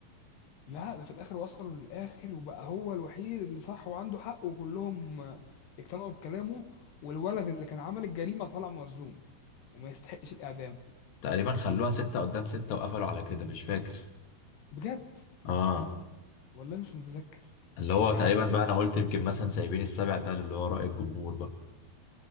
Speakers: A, on the left; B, on the left.
A: لا ده في الاخر وصلوا للاخر وبقى هو الوحيد اللي صح وعنده حق وكلهم آه، اقتنعوا بكلامه والولد اللي كان عمل الجريمه طلع مظلوم وما يستحقش الاعدام
B: تقريبا خلوها ستة قدام ستة وقفلوا على كده مش فاكر
A: بجد
B: اه
A: والله مش متذكر
B: اللي
A: بس
B: هو
A: يعني
B: تقريبا بقى انا قلت يمكن مثلا سايبين السبع ده اللي هو رأي الجمهور بقى